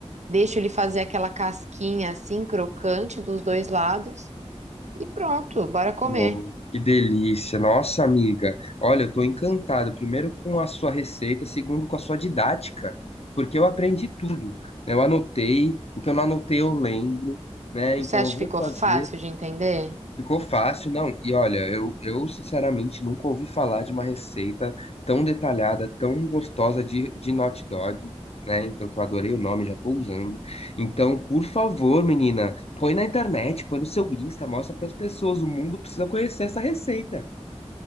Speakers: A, on the right; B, on the left.
A: Deixo ele fazer aquela casquinha assim, crocante dos dois lados. E pronto, bora comer.
B: Não, Que delícia, nossa amiga. Olha, eu tô encantado, primeiro com a sua receita, segundo com a sua didática, porque eu aprendi tudo. Eu anotei, o que eu não anotei eu lembro, né?
A: Você
B: Então
A: acha
B: eu vou
A: que ficou
B: fazer.
A: fácil de entender?
B: Ficou fácil, não. E olha, eu, eu sinceramente nunca ouvi falar de uma receita tão detalhada, tão gostosa de, de hot dog, né? Então, que eu adorei o nome, já tô usando. Então, por favor, menina, põe na internet, põe no seu Insta, mostra para as pessoas. O mundo precisa conhecer essa receita.